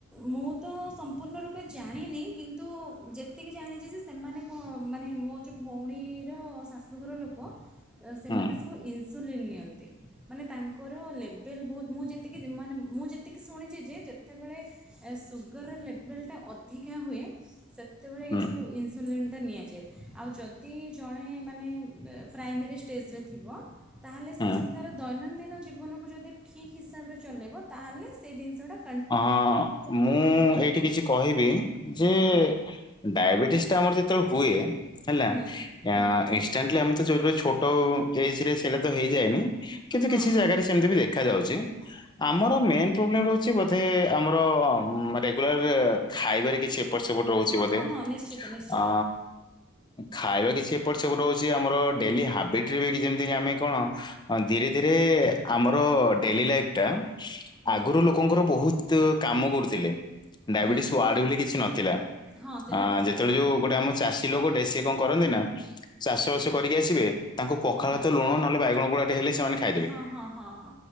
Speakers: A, in the centre; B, on the left.
A: ମୁଁ ତ ସମ୍ପୂର୍ଣ୍ଣ ରୂପେ ଜାଣିନି କିନ୍ତୁ ଯେ ଏତିକି ଜାଣିଚି ଯେ ସେମାନେ କଣ ମାନେ ମୋ ଯୋଉ ଭଉଣୀର ଶାଶୁଘର ଲୋକ ସେମାନେ
B: ହୁଁ
A: ସବୁ ଇନ୍ସୁଲିନ୍ ନିଅନ୍ତି ମାନେ ତାଙ୍କର ଲେଭଲ୍ ବହୁତ୍ ମୁଁ ଯେତିକି ମାନେ ମୁଁ ଯେତିକି ଶୁଣିଛି ଯେ ଯେତେବେଳେ ଏ ସୁଗରର ଲେବଲ୍ ଟା ଅଧିକା ହୁଏ ସେତେବେଳେ
B: ହୁଁ
A: ଏଇ ଯୋଉ ଇ ଇନ୍ସୁଲିନ୍ ଟା ନିଆଯାଏ ଆଉ ଯଦି ଜଣେ ମାନେ ପ୍ରାଇମେରୀ ଷ୍ଟେଜ୍ ରେ ଥିବ ତାହେଲେ ସେ
B: ହୁଁ
A: ଯଦି ତାର ଦୈନନ୍ଦିନ ଜୀବନକୁ ଯଦି ଠିକ୍ ହିସାବରେ ଚଲାଇବ ତା ହେଲେ ସେ ଜିନିଷ ଟା
B: ହଁ ମୁଁ ଏଇଠି କିଛି କହିବି ଯେ
A: ହଁ
B: ଡାଇବେଟିସ୍ ଟା ଆମର ଯେତେବେଳେ ହୁଏ ହେଲା
A: ହୁଁ
B: ଏ
A: ହୁଁ
B: ଏକ୍ସାକ୍ଟଲି ଆମେ ତ ଯେବେ ଛୋଟ ଏଜ୍ ରେ ସେଟା ତ ହେଇଯାଏନି। କିନ୍ତୁ
A: ହଁ
B: କିଛି ଜାଗାରେ ସେମିତି ବି ଦେଖାଯାଉଛି ଆମର ମେନ୍ ପ୍ରୋବ୍ଲେମ୍ ର ରହୁଛି ବୋଧେ ଆମର ରେଗୁଲାର ଖାଇବାରେ କିଛି ଏପଟେ ସେପଟ ରହୁଛି
A: ହଁ
B: ବୋଧେ
A: ହଁ
B: ଅ
A: ହଁ ନିଶ୍ଚିତ ନିଶ୍ଚିତ
B: ଖାଇବା କିଛି ଏପଟ ସେପଟ ରହୁଛି ଆମର ଡେଲି ହାବିଟି ରେ ବି ଯେମିତି ଆମେ କଣ ହଁ ଧୀରେ ଧୀରେ ଆମର ଡେଲି ଲାଇଫ୍ ଟା
A: ହୁଁ
B: ଆଗରୁ ଲୋକଙ୍କର ବହୁତ୍ କାମ କରୁଥିଲେ। ଡାଇବେଟିସ୍
A: ହୁଁ
B: ୱାଡ଼ ବୋଲି କିଛି ନଥିଲା
A: ହଁ ସେଇଟା
B: ଆ
A: ସତ
B: ଯେତେବେଳେ
A: କଥା
B: ଯୋଉ
A: କହିଲେ
B: ଗୋଟେ ଆମ ଚାଷୀ ଲୋକ ଟେ ସେ କଣ କରନ୍ତି ନା ଚାଷବାସ କରିକି ଆସିବେ ତାଙ୍କୁ ପଖାଳ
A: ହୁଁ
B: ଭାତ ଲୁଣ ନହେଲେ ବାଇଗଣ ପୋଡ଼ା ଟେ ହେଲେ ସେମାନେ ଖାଇଦେବେ।
A: ହଁ ହଁ ହଁ ହଁ।